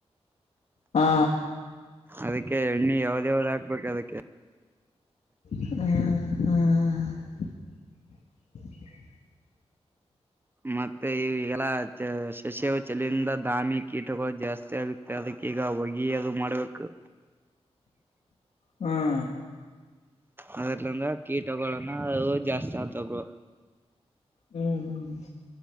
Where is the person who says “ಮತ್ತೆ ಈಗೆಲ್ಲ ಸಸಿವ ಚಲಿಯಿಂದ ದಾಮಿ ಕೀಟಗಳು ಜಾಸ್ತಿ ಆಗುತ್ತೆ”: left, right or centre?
Right